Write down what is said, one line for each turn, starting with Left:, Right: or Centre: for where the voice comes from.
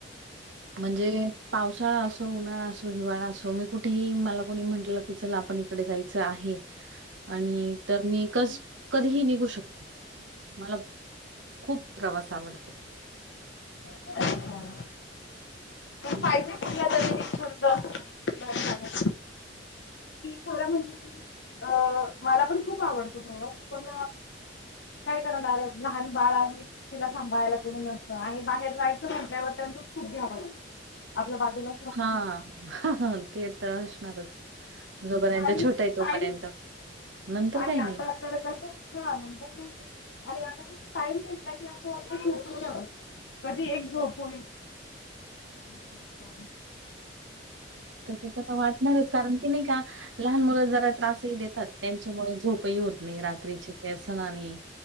Right: म्हणजे पावसाळा असो, उन्हाळा असो, हिवाळा असो मी कुठेही मला कोणी म्हटलं की चला आपण कडे जायचा आहे आणि तर मी कस कधीही निघू शकते. मला खूप प्रवास आवडतो.
Left: पण
Right: हम्म
Left: पाहिजे कुठला तरी एक छंद <unintelligible> थोड्या म्हणजे की अ मला पण खूप आवडतो प्रमुख पण काय करणार लहान बाळ आहे. तिला सांभाळायला कोणी नसतं आणि बाहेर जायचं म्हटल्यावर त्यांचंच खूप घ्यावं लागतं. आपल्या बाजूला
Right: हा. ते तर अशणारच जोपर्यंत
Left: आणि
Right: छोटा आहे तोपर्यंत
Left: टाईम
Right: नंतर
Left: आणि
Right: काही
Left: आता
Right: नाही.
Left: तर कसं हा नंतर काय नाही आणि आता कसं टाइम भेटला की असं वाटतं झोपून जाऊ. कधी एक झोप होईल. असं वाटतं.
Right: तसं तर वाटणारच कारण की नाही का लहान मुलं जरा त्रासही देतात त्यांच्यामुळे झोप ही होत नाई रात्रीची केसन आणि